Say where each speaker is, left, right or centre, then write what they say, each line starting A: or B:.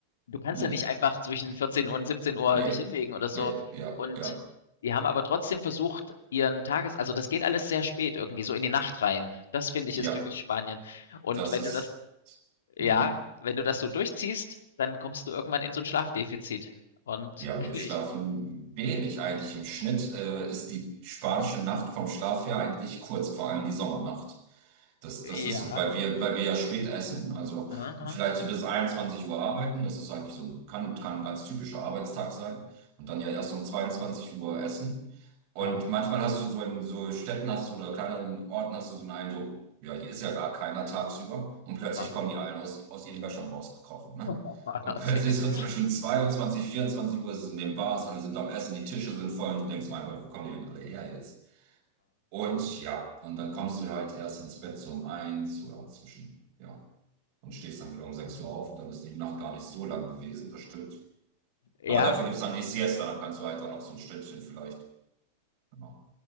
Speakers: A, on the left; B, on the right.
A: Du kannst
B: Mhm.
A: ja nicht einfach zwischen vierzehn Uhr und siebzehn Uhr
B: Nee,
A: dich hinlegen oder so.
B: nee, ja,
A: Und
B: ja,
A: die haben aber trotzdem versucht, ihren Tages also, das geht alles sehr spät irgendwie, so in die Nacht rein. Das finde ich
B: ja.
A: ist typisch Spanien. Und
B: Das
A: wenn
B: ist.
A: du das ja,
B: mhm.
A: wenn du das so durchziehst, dann kommst du irgendwann in so ein Schlafdefizit. Und
B: Ja,
A: <laughs>
B: wir
A: ich
B: schlafen wenig eigentlich. Im Schnitt äh, ist die spanische Nacht vom Schlaf her eigentlich kurz, vor allem die Sommernacht. Das,
A: ja.
B: das ist so, weil wir, weil wir ja spät essen, also
A: Mhm.
B: vielleicht so bis 21 Uhr arbeiten. Das ist eigentlich so, ein- kann, kann ein ganz typischer Arbeitstag sein. Und dann ja erst um 22 Uhr essen. Und
A: Mhm.
B: manchmal hast du so in so Städten hast du oder kleineren Orten hast du so einen Eindruck, ja, hier ist ja gar keiner tagsüber. Und plötzlich
A: Mhm.
B: kommen die allen aus, aus ihren Wäschern rausgekrochen. ne?
A: <laughs>
B: Und plötzlich so zwischen 22, 24 Uhr ist es in den Bars, alle sind am Essen, die Tische sind voll und du denkst, mein Gott, wo kommen die denn alle her jetzt? Und ja, und dann kommst du halt erst ins Bett so um eins oder zwischen, ja, und stehst dann wieder um 6 Uhr auf und dann ist die Nacht gar nicht so lang gewesen, das stimmt.
A: Ja.
B: Aber dafür gibt es dann die Siesta, dann kannst du halt dann auch so ein Stündchen vielleicht. Genau.